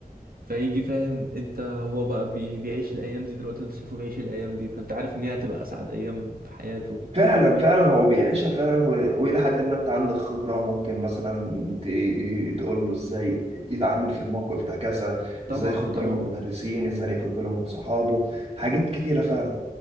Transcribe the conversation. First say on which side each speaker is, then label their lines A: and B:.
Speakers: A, on the right; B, on the right.
A: فيجي فاهم انت هو بقى بي- بيعيش الايام دي دلوقتي وانت شايفه بيعيش الايام دي فانت عارف ان هي هتبقى اسعد ايام في حياته
B: فعلا فعلا هو بيعيشها فعلا و- والى حد ما انت عندك خبره ممكن مثلا ت- تقول له ازاي يتعامل في الموقف ده كذا
A: طبعا
B: ازاي ياخد باله
A: طبعا
B: من المدرسين ازاي ياخد باله من صحابه حاجات كتيره فعلا